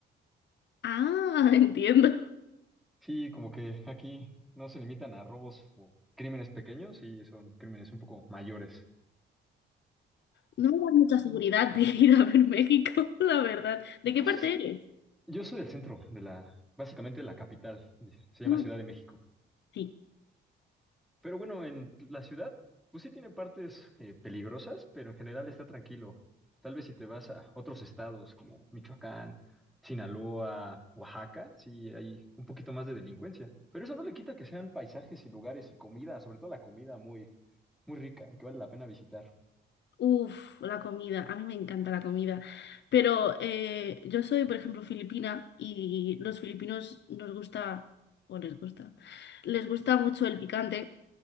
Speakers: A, on the left; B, in the centre.
A: Ah, <laughs> entiendo.
B: Sí, como que aquí no se limitan a robos o crímenes pequeños, y son crímenes un poco mayores.
A: No me das mucha seguridad <laughs> de ir a ver México, la verdad. ¿De qué
B: Pues
A: parte
B: es-
A: eres?
B: yo soy del centro de la, básicamente de la capital, dice, se llama
A: Mm,
B: Ciudad de México.
A: sí.
B: Pero bueno, en la ciudad, pues sí tiene partes eh, peligrosas, pero en general está tranquilo. Tal vez si te vas a otros estados como Michoacán, Sinaloa, Oaxaca, sí hay un poquito más de delincuencia. Pero eso no le quita que sean paisajes y lugares y comida, sobre todo la comida muy, muy rica, que vale la pena visitar.
A: Uf, la comida, a mí me encanta la comida, pero eh, yo soy, por ejemplo, filipina y los filipinos nos gusta, o les gusta, les gusta mucho el picante